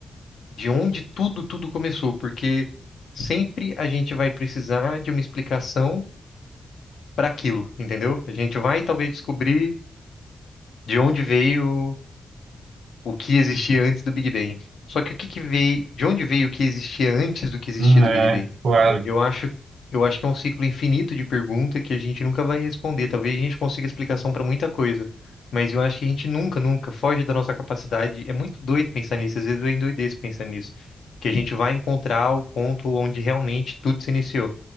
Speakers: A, on the left; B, on the right.
A: de onde tudo, tudo começou, porque sempre a gente vai precisar de uma explicação para aquilo, entendeu? A gente vai talvez descobrir de onde veio o que existia antes do Big Bang. Só que o que que veio, de onde veio o que existia antes do que existia
B: hum,
A: do
B: é,
A: Big Bang?
B: claro.
A: Eu acho, eu acho que é um ciclo infinito de pergunta que a gente nunca vai responder. Talvez a gente consiga explicação para muita coisa, mas eu acho que a gente nunca, nunca foge da nossa capacidade. É muito doido pensar nisso, às vezes eu endoideço pensando nisso, que a gente vai encontrar o ponto onde realmente tudo se iniciou.